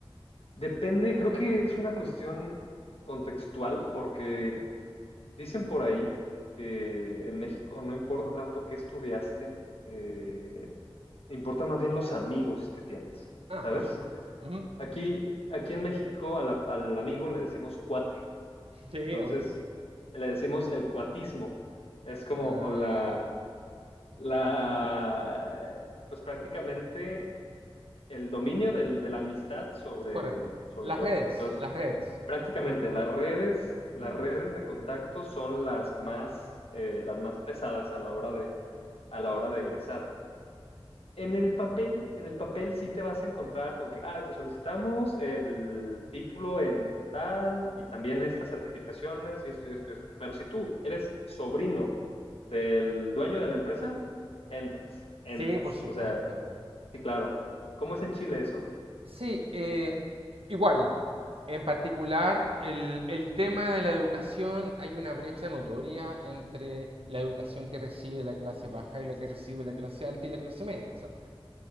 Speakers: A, on the left; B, on the right.
A: Depende, creo que es una cuestión contextual porque dicen por ahí que en México no importa tanto qué estudiaste, eh, importa más bien los amigos que tienes,
B: Ah,
A: ¿sabes?
B: por supuesto. Ujú.
A: Aquí, aquí en México a la- al amigo le decimos cuate,
B: Sí,
A: entonces
B: obvio.
A: le decimos el cuatismo, es como
B: Ah.
A: la, la, pues prácticamente el dominio del- de la amistad sobre,
B: Correcto.
A: sobre
B: Las
A: todo.
B: redes,
A: Entonces,
B: las redes.
A: prácticamente las redes, las
B: Mm.
A: redes de contacto son las más, eh, las más pesadas a la hora de, a la hora de egresar. En el papel, en el papel sí te vas a encontrar con que, ah, te solicitamos el título en tal y también estas certificaciones y esto y esto y esto. Pero si tú eres sobrino del dueño de la empresa, entras, entras.
B: Sí, por supuesto.
A: O sea, sí, claro. ¿Cómo es en Chile eso?
B: Sí, eh, igual. En particular, el, el tema de la educación, hay una brecha notoria entre la educación que recibe la clase baja y la que recibe la clase alta y la clase media. O sea,